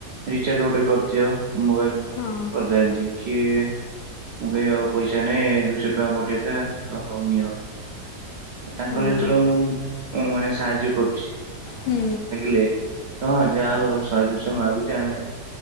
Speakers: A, on the right; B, on the left.
A: ରିଚାର୍ଜ ଗୋଟେ କରିଦିଅ ମୋବାଇଲ।
B: ହଁ
A: କରିଦିଅନ୍ତି କିଏ ମୁଁ କହିବି ଆଉ ପଇସା ନାହିଁ ଦୁଇଶହ ଟଙ୍କା ପଠେଇଥା। ହଉ ନିଅ ତାଙ୍କର
B: ହଁ ହୁଁ
A: ଯେତେବେଳେ ମୁଁ ଉଁ ମାନେ ସାହାଯ୍ୟ କରୁଛି।
B: ହୁଁ।
A: ଲେ ହଁ ଯାହା ହଉ ଶହେ ଦୁଇ ମାଗୁଛେ ଆମେ